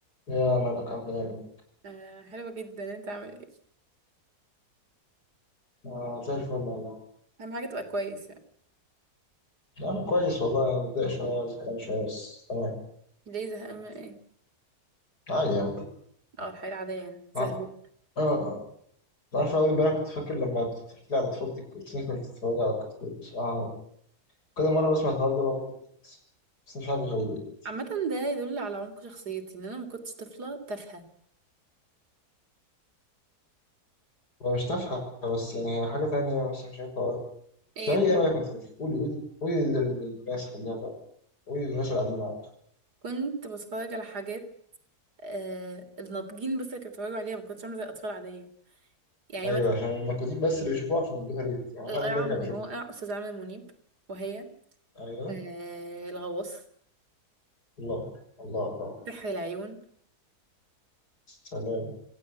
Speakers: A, on the left; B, on the right.
A: يا ملك عامل ايه يا ملك؟
B: آه حلوة جدا انت عامل ايه
A: آه زي الفل والله
B: اهم حاجة تبقى كويس يعني
A: انا كويس والله متضايق شويه زهقان شويه بس تمام
B: ليه زهقان من ايه
A: عادي يعني
B: اه الحياة العادية يعني زهق
A: ع- اه اه عارف اول امبارح كنت فاكر لما كنت بتحكي لي على طفولتك كنت فاكر كنت بتتفرج على كرتون بصراحه كل مره بسمع الحوار ده بموت من الضحك بس بس مش حاجه غريبه دلوقتي
B: عامة ده يدل على عمق شخصيتي ان انا ما كنتش طفلة تافهة
A: هو مش تافهه بس يعني هي حاجه تانية بس مش عارف اقولها
B: ايه
A: بتعملي ايه يا ملك وانت طفل قولي قولي قولي لل- للناس خليها تعرف قولي للناس اللي قاعدين معاك
B: كنت بتفرج على حاجات آه الناضجين بس اللي كانوا بيتفرجوا عليها ما كنتش عاملة زي الأطفال العادية يعني
A: ايوه
B: مثلا
A: عشان المكودين بس اللي بيشوفوها عشان يدوها ريت ما
B: القرعة
A: حدش حد تاني
B: من
A: كان بيشوفها
B: الواقع أستاذ عامر منيب وهي
A: ايوه
B: آه الغواص
A: الله الله الله
B: سحر العيون
A: سلام